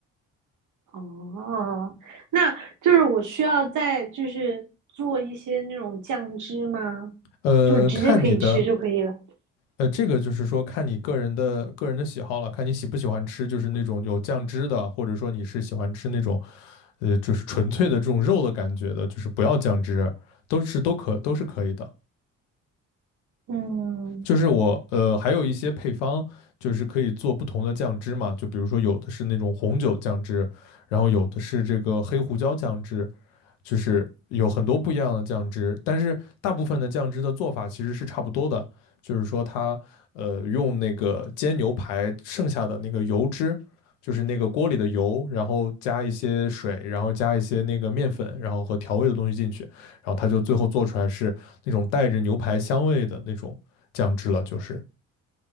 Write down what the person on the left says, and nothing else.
呃，
看你的呃，这个就是说看你个人的个人的喜好了，看你喜不喜欢吃，就是那种有酱汁的，或者说你是喜欢吃那种呃，就是纯粹的这种肉的感觉的，就是不要酱汁，都是都可都是可以的。
就是我呃，还有一些配方，就是可以做不同的酱汁嘛，就比如说有的是那种红酒酱汁，然后有的是这个黑胡椒酱汁，就是有很多不一样的酱汁，但是大部分的酱汁的做法其实是差不多的，就是说它呃用那个煎牛排剩下的那个油脂，就是那个锅里的油，然后加一些水，然后加一些那个面粉，然后和调味的东西进去，然后它就最后做出来是那种带着牛排香味的那种酱汁了，就是。